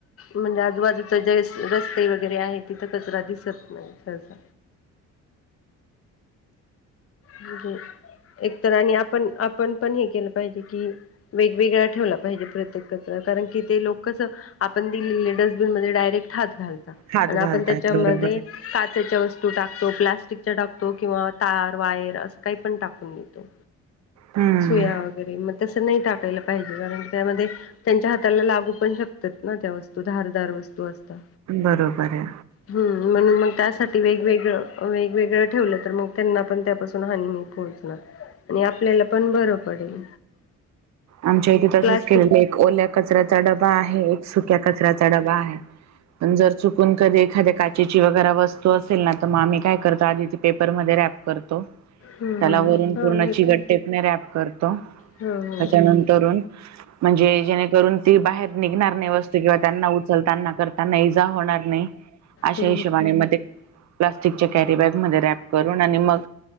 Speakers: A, on the left (about 50°); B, on the right (about 65°).
A: म्हणजे आजूबाजूच जे रस्ते वगैरे आहे तिथं कचरा दिस तात. म्हजे एकतरी आणि आपण, आपण पण हे केलं पाहिजे कि वेगवेगळा ठेवला पाहिजे प्रत्येक कचरा कारण की ते लोकच आपण दिले डस्टबिन मध्ये डायरेक्ट हात घालता
B: हात
A: आणि
B: घालतात
A: आपण त्याच्यामध्ये
B: बरोबर
A: काचेच्या वस्तू टाकतो, प्लास्टिक टाकतो किंवा तार प्लायवूड अस काय पण टाकून देत्तो,
B: हम्म
A: सुया वगैरे मग तस नाही टाकायला पाहिजे कारण त्यामध्ये त्यांच्या हाताला लागू पण शकतात ना त्या वस्तू धारदार वस्तू असतात.
B: बरोबर आहे.
A: हम् म्हणून मग त्यासाठी वेगवेगळं, वेगवेगळं ठेवलं तर मग त्यांना पण त्यापासून हानी नाही पोहोचणार आणि आपल्याला पण बरं पडेल.
B: आमच्या इथे तसंच
A: प्लास्टिक
B: केलेलं एक ओल्या कचऱ्याचा डबा आहे एक सुक्या कचऱ्याचा डबा आहे. पण जर चुकून कधी एखा्या काचेची वगैरे वस्तू असेल ना तर मग आम्ही काय करतो आधी ती पेपरमध्ये रॅप करतो
A: हम्म
B: त्याला वरून
A: हा
B: पूर्ण
A: हे
B: चिगट
A: पण
B: टेपणे रॅप करतो.
A: ह
B: त्याच्यानंतरून म्हणजे जेणेकरून ती बाहेर निघणार नाही वस्तू किंवा त्यांना उचलताना करताना इजा होणार नाही. अशे
A: ह
B: हिशोबाने मग ते प्लास्टिकच्या कॅरी बॅग मध्ये रॅप करून आणि मग